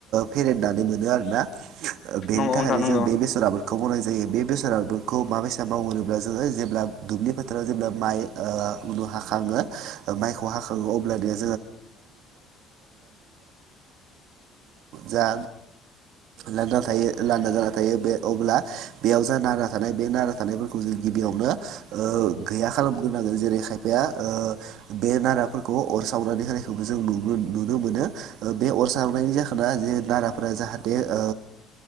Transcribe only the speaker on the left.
नंगौ
नोंथां नंगौ